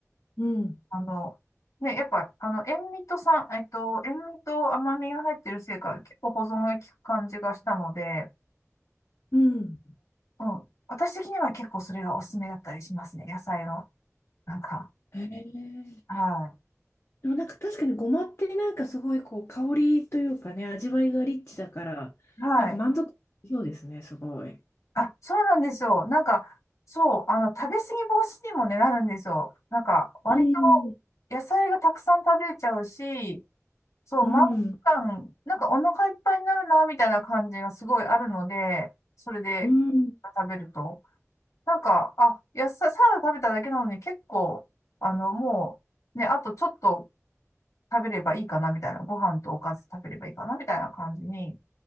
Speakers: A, on the left; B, on the left.
A: うん。うん。
B: あの、ね、やっぱ、あの、塩味と酸、えっと、塩味と甘みが入ってるせいか、結構保存が効く感じがしたので、
A: うん。
B: うん私的には結構それがおすすめだったりしますね、野菜の。なんか、
A: へえ
B: は
A: でもなんか確かにごまってなんかすごいこう香りというかね、味わいがリッチだから、
B: い。はい。
A: なんか満足そうですね、すごい。
B: あ、そうなんですよ。なんか、そう、あの、食べ過ぎ防止にもね、なるんですよ。なんか、割と
A: うん、
B: 野菜がたくさん食べれちゃうし、そう、
A: うん、
B: 満腹感、なんかお腹いっぱいになるな、みたいな感じがすごいあるので、それで
A: うん。
B: 食べると。なんか、あ、野菜、サラダ食べただけなのに結構、あの、もう、ね、あとちょっと食べればいいかな、みたいな。ご飯とおかず食べればいいかな、みたいな感じに、